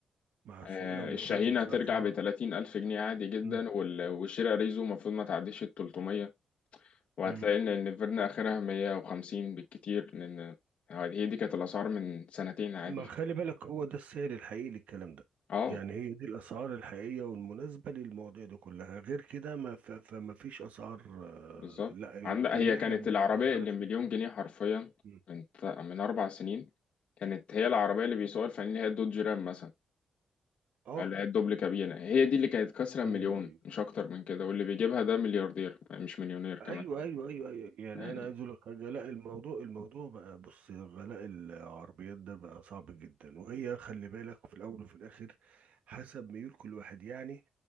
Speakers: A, on the right; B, on the left.
A: مع
B: آه،
A: السوق لو متوازن
B: الشاهين هترجع
A: في الاسعار
B: بتلاتين ألف جنيه عادي جدا
A: مم.
B: وال- والشيرة ريزو المفروض ما تعديش التلتمية وهتلاقي
A: مم.
B: إن النفيرنا آخرها مية وخمسين بالكتير لأن هي دي كانت الأسعار من سنتين عادي
A: ما
B: ف...
A: خلي بالك هو ده السعر الحقيقي للكلام ده
B: اه
A: يعني هي دي الاسعار الحقيقيه والمناسبه للمواضيع دي كلها غير كده ما ف... فما فيش اسعار آه،
B: بالظبط
A: لا ال-
B: عند
A: احنا
B: هي
A: اللي
B: كانت
A: احنا بندفعها
B: العربية
A: دلوقتي
B: اللي مليون جنيه حرفيا
A: مم.
B: من ت- من أربع سنين كانت هي العربية اللي بيسوقها الفنانين اللي هي الدوج رام مثلا
A: اه
B: اللي هي الدبل كابينة هي دي اللي كانت كسرة مليون
A: ايوه ايوه
B: مش أكتر من كده واللي بيجيبها ده ملياردير مش مليونير كمان
A: ايوه ايوه ايوه ايوه يعني
B: يعني
A: انا عايز اقول لك حاجه لا الموضوع الموضوع بقى بص غلاء العربيات ده بقى صعب جدا وهي خلي بالك في الاول وفي الاخر حسب ميول كل واحد يعني